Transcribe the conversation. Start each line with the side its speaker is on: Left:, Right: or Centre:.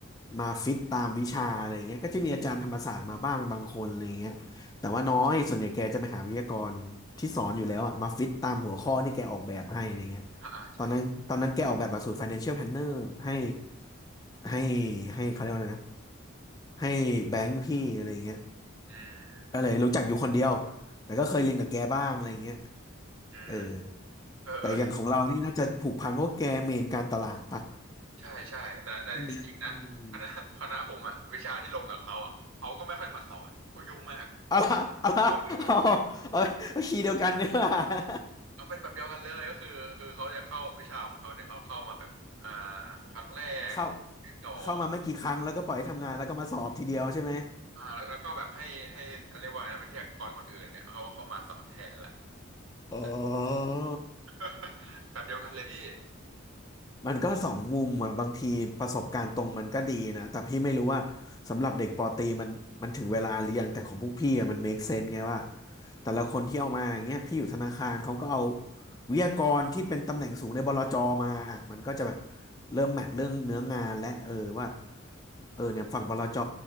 Left: มาฟิตตามวิชาอะไรอย่างเงี้ยก็จะมีอาจารย์ธรรมศาสตร์มาบ้างบางคนอะไรอย่างเงี้ยแต่ว่าน้อยส่วนใหญ่แกจะไปหาวิทยากรที่สอนอยู่แล้วอะมาฟิตตามหัวข้อที่แกออกแบบให้อะไรเงี้ย
Right: อ่าใช่
Left: ตอนนั้นตอนนั้นแกออกแบบหลักสูตร Financial Planner ให้ให้ให้เขาเรียกว่าอะไรนะให้แบงค์พี่อะไรเงี้ย
Right: อืม
Left: ก็เลยรู้จักอยู่คนเดียว แต่ก็เคยเรียนกับแกบ้างอะไรเงี้ย
Right: อืม
Left: เออ
Right: เออเออ
Left: แต่อย่างของเรานี่น่าจะผูกพันเพราะแกเมนการตลาดปะ
Right: ใช่ใช่แต่แต่จริงๆนะคณะคณะผมอะวิชาที่ลงกับเขาอะเขาก็ไม่ค่อยมาสอนเขายุ่งมาก
Left: ใช่ไหมอืมเอาละเอาละเอาเอาเอาคีย์เดียวกันเนี่ย
Right: เออเขาเป็นแบบเดียวกันเลยก็คือคือเขาจะเข้าวิชาของเขาเนี่ยเขาเข้ามาแบบอ่าครั้งแรกที่สอง
Left: เข้าเข้ามาไม่กี่ครั้งแล้วก็ปล่อยให้ทำงานแล้วก็มาสอบทีเดียวใช่ไหม
Right: อ่าแล้วแล้วก็แบบให้ให้เรียกว่าไงนะวิทยากรคนอื่นเนี่ยเขาเข้ามาสอนแทนแหละ
Left: อ๋อ
Right: ใช่ <laughs> แบบเดียวกันเลยพี่
Left: มันก็สองมุมอ่ะบางทีประสบการณ์ตรงมันก็ดีนะแต่พี่ไม่รู้ว่าสำหรับเด็กปอตรีมันมันถึงเวลาหรือยังแต่ของพวกพี่อ่ะมัน make sense ไงว่าแต่ละคนที่เอามาอย่างเงี้ยพี่อยู่ธนาคารเขาก็เอาวิทยากรที่เป็นตำแหน่งสูงในบลจมาอ่ะมันก็จะแบบเริ่มแมทเรื่องเนื้องานและเออว่า เออเนี่ยฝั่งบลจ